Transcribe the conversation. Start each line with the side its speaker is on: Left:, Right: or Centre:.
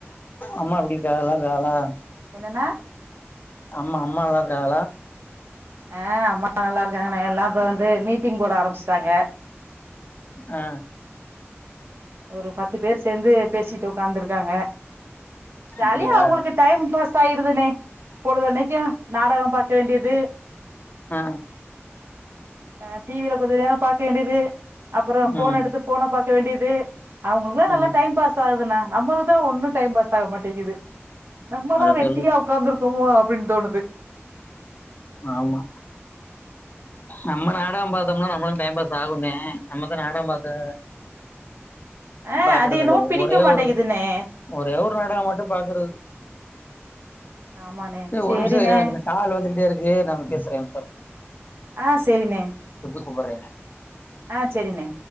Left: அம்மா எப்டி <unintelligible> வேணா
Right: என்னணா
Left: அம்மா அம்மா நல்லா இருக்காங்களா
Right: ஆ அம்மா நல்லா இருக்காங்கனே எல்லா இப்ப வந்து மீட்டிங் போட ஆரம்பிச்சுட்டாங்க
Left: ஆ
Right: ஒரு பத்து பேர் சேந்து பேசிட்டு உக்காந்துருக்காங்க ஜாலியா
Left: அப்டியா
Right: உங்களுக்கு டைம் பாஸ் ஆயிருதுனே பொழுதன்னைக்கு நாடகம் பாக்க வேண்டியது
Left: ஆ
Right: ஆ டி வில கொஞ்சநேரம் பாக்க வேண்டியது அப்பற ஃபோன்
Left: ம்
Right: எடுத்து ஃபோன பாக் வேண்டியது அவங்களுக்குல்லா நல்லா
Left: ம்
Right: டைம் பாஸ் ஆகுதுண்ணா நம்மளுக்குதா ஒண்ணு டைம் பாஸ் ஆக மாட்டேங்குது நம்மதா
Left: அத
Right: வெட்டியா
Left: சொல்லு
Right: உக்காந்துருக் கோமோ அப்புடின் தோணுது
Left: ஆமா நம்ம நாடக பாத்தம்னா நம்மளுக்கு டைம் பாஸ் ஆகுந்தே நம்மதா நாடகம் பாக்க
Right: ஆ
Left: பாக்குறதில்லையே
Right: அது என்னமோ பிடிக்க
Left: ஒரே
Right: மாட்டேங்குதுண்ணே
Left: ஒரு ஒரே ஒரு நாடகம் மட்டும் பாக்குறது
Right: ஆமாண்ணே
Left: சே
Right: சேரிண்ணே
Left: ஒரு மிஷ இரு எனக்கிந்த கால் வந்துகிட்டே இருக் க்கு நா வ பேசுறே ஒம்ஷோ
Right: ஆஹ் சரினே
Left: ப்புற
Right: ஆஹ் சரினே